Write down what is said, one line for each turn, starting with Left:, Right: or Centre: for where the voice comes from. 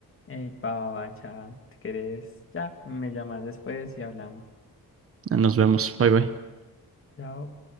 Left: Ey, pa, va, va, cha, si querés, ya, me llamas después y hablamos.
Right: Nos vemos, bye bye.
Left: Chao.